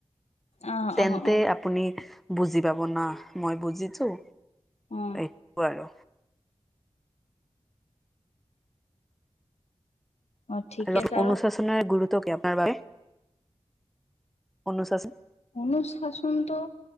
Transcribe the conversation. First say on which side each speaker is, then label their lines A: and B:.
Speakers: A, on the left; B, in the centre.
A: অ
B: তেন্তে
A: অ অ
B: আপুনি বুজি পাব না মই বুজিছোঁ
A: অ
B: এই কোৱা আৰু।
A: অ ঠিকে
B: আৰু
A: আছে
B: অনুশাসনৰ গুৰুত্ব কি আপোনাৰ বাবে অনুশাসন?
A: অনুশাসনটো